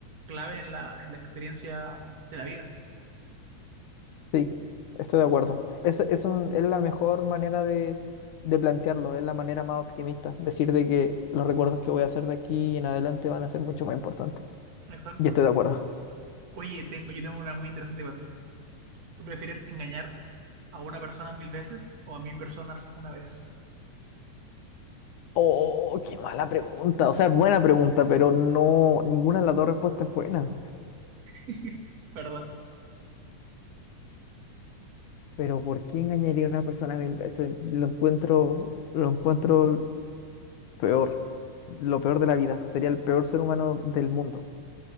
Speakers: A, on the right; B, on the left.
A: clave en la, en la experiencia de la vida.
B: sí, estoy de acuerdo. Es, es, un- es la mejor manera de, de plantearlo, es la manera más optimista. Decir de que los recuerdos que voy a hacer de aquí en adelante van a ser mucho más importantes.
A: Exacto.
B: Y estoy de acuerdo.
A: Oye, tengo, yo tengo una muy interesante igual. ¿Tú prefieres engañar a una persona mil veces o a mil personas una vez?
B: Oh, qué mala pregunta. O sea, es buena pregunta, pero no, ninguna de las dos respuestas es buena.
A: <laughs> ¿Verdad?
B: Pero ¿por qué engañaría a una persona mil veces? Lo encuentro, lo encuentro peor, lo peor de la vida. Sería el peor ser humano del mundo.